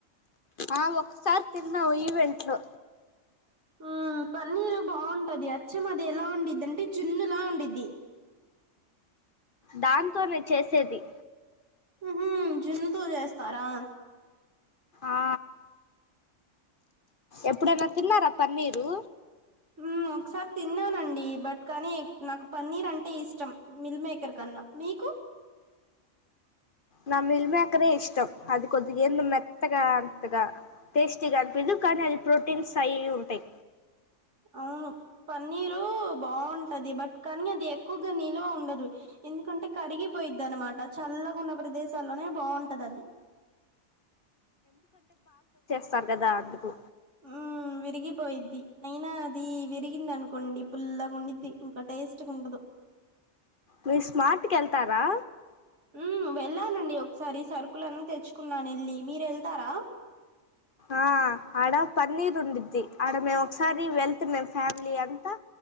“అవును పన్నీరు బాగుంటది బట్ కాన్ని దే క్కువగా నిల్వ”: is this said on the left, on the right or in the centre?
Right